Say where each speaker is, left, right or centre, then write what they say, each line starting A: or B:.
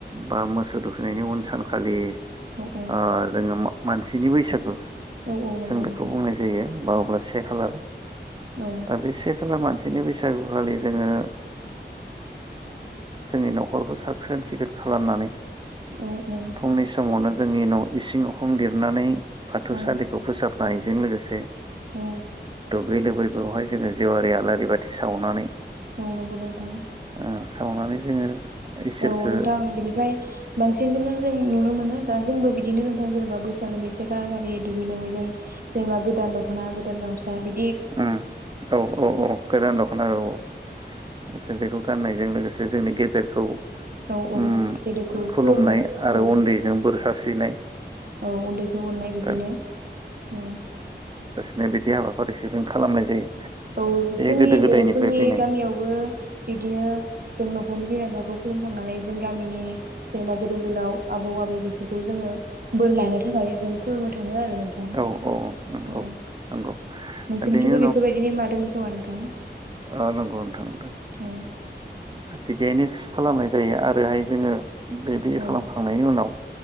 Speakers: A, on the right (about 25°); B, on the right (about 55°).
A: बा मोसौ थुखैनायनि उन सानखालि
B: औ औ
A: ओ
B: औ
A: जोङो मानसिनि बैसागु
B: औ नंगौ
A: जों
B: नोंथां
A: बेखौ बुंनाय जायो मा अब्ला से खालार
B: औ
A: दा बेसे खाला मानसि बिनि बैसागुखालि जोङो जोंनि न'खरखौ साखसोन सिखोन खालामनानै
B: औ औ
A: फुंनि समावनो जोंनि न' इसिं उखां लिरनानै बाथौसालिखौ
B: औ
A: फोसाब नायजों लोगोसे
B: औ
A: बे लोबोरै बेवहाय जोङो जेवआारि आलारि बाथि सावनानै
B: औ नंगौ नोंथां।
A: ओ सावनानै जोङो इसोरखो
B: औ नोंथां बेनिफ्राय बांस सिनखौनो जों नुनो मोनो दा जोंबो बिदिनो नोंथां जेनेबा बैसागोनि से खालारखालि दुगै लोङै जों जेनेबा गोदान दख'ना गोदान गामसा बिद
A: उम औ औ औ गोदान दख'ना औ औ एसे बेखौ गाननायजों लोगोसे जोंनि गेदेरखौ
B: औ औ
A: उम
B: गेदेरखौ
A: खुलुमनाय
B: खुलुमो
A: आरो
B: औ
A: उन्दैजों बोर सारस्रिनाय
B: औ उन्दैखौ अननाय बिदिनो
A: दा
B: औ
A: नो बिदि हाबाफारिस बे जों खालामनाय जायो।
B: औ जोंनि
A: गोदो गोदायनिफ्राय
B: बे जोंनि
A: फैनाय
B: गामियावबो बिदिनो जों न'खरनि बिमा बिफाखौ खुुलुमखांनानै जों गामिनि जेनेबा गोदोर गोलाव आबौ आबै बिसोरखौ जोङो बोर लानो थाखाय जों खुलुमनो थाङो आरो नोंथां उम।
A: औ औ नंगौ
B: नोंसोरनिखिबो
A: दा बेनि
B: बेफोरबायदि नेमा दों थवा नोंथां
A: अ नंगौ नोंथां।
B: औ
A: बिदियानेस खालामनाय जायो आरोहाय जोङो बेदि
B: औ
A: खालामखांनायनि उनाव